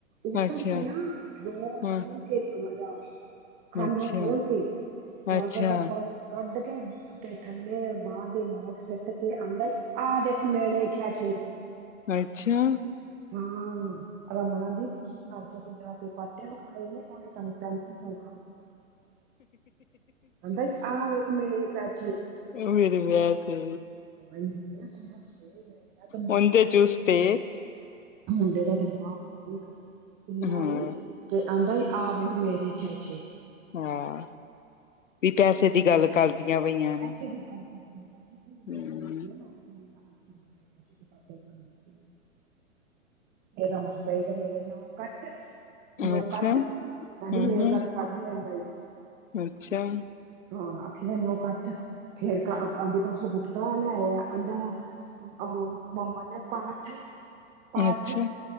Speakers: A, on the right; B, on the left.
A: ਉੱਤਰ
B: ਅੱਛਾ
A: ਕੇ ਨਾ <unintelligible>
B: ਹਾਂ
A: ਖਾਨਾ
B: ਅੱਛਾ
A: ਖੋਲ ਕੇ ਲੋਕਰ
B: ਅੱਛਾ
A: <unintelligible> ਦਾ ਪਰਸ ਕੱਢ ਕੇ ਤੇ ਥੱਲੇ ਬਾਰ ਦੇ ਨੋਟ ਸਿੱਟ ਕੇ ਆਂਦਾ ਈ ਆ ਦੇਖ ਮੇਲੇ ਛਿਆ ਛੇ <unintelligible>
B: ਅੱਛਾ
A: ਹਾਂ ਰਮਨ ਆਂਦੀ ਤੁਸੀਂ ਘਰ ਜੋ ਪੰਜਾ ਦੇ ਪਾਟੇ ਵਿਖਾਏ ਨੇ ਉਹਨੇ ਤੁਹਾਨੂੰ ਪੈਂਤੀ ਸੌ ਆਂਦਾ ਈ ਆ ਵੇਖ ਮੇਰੇ ਪੈਚੇ
B: ਮੇਰੇ ਵਿਆ ਤੇ
A: ਇੰਨੇ ਅਸੀਂ ਹੱਸੇ ਮੈਂ ਕਿਹਾ ਦਿਮਾਗ
B: ਮੁਦੇ
A: ਮੁੰਡੇ
B: ਚੂਸ ਤੇ
A: ਮੁੰਡੇ ਦਾ ਦਬਾਕ ਵੇਖ ਕਿੰਨਾ
B: ਹਾਂ
A: ਈ ਤੇ ਆਂਦਾ ਈ ਆ ਵੇਖ ਮੇਰੇ ਛੇਛੇ
B: ਹਾਂ ਵੀ ਪੈਸੇ ਦੀ ਗੱਲ ਕਰਦੀਆਂ ਪਈਆਂ ਨੇ
A: <unintelligible>
B: ਹਮ
A: ੇ <unintelligible> ਇਹ ਰਮ ਕਏਗਾ ਮੇਰੇ ਨਾਲੋਂ ਕੱਟ ਨੋ
B: ਅੱਛਾ
A: ਕੱਟ ਕਹਿੰਦੀ
B: ਹੂੰ
A: ਨੇਲ ਕੱਟ ਕੱਟ ਵੀ ਲੈਂਦਾ ਈ
B: ਅੱਛਾ
A: ਹਾਂ ਆਖੀਦਾ ਨੋਹ ਕੱਟ ਫੇਰ ਕਹਦੇ ਪਾਸੋਂ ਗੁਟਕਾ ਲੈ ਆ ਆਹਦਾ ਅਹ ਮੰਮਾ ਨੇ ਪਾਠ ਪਾਠ
B: ਅੱਛਾ